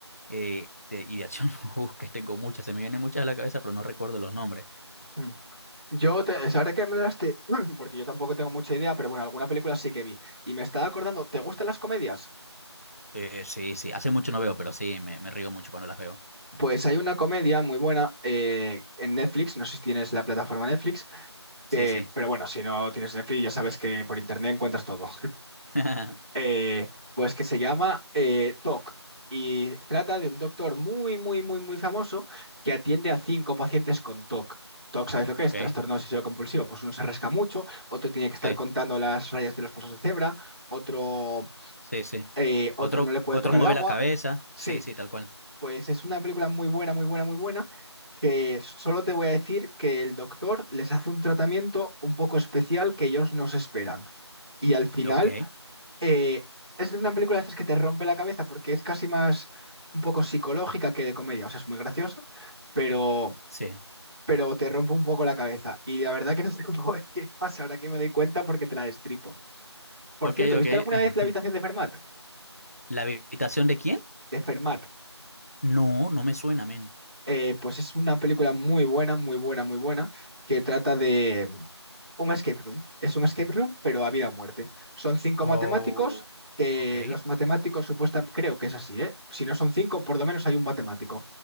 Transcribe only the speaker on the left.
eh, de- y de acción, <laughs> uf, que tengo muchas, se me vienen muchas a la cabeza, pero no recuerdo los nombres.
Eh, sí, sí, hace mucho no veo, pero sí, me, me río mucho cuando las veo.
Sí,
sí.
<laughs>
Ok,
sí,
sí, sí.
Otro,
otro
mueve
la cabeza,
sí, sí, tal cual.
Ok,
sí.
Ok,
ok.
<laughs>
¿La habitación de quién?
No, no me suena, men.
Oh,
ok,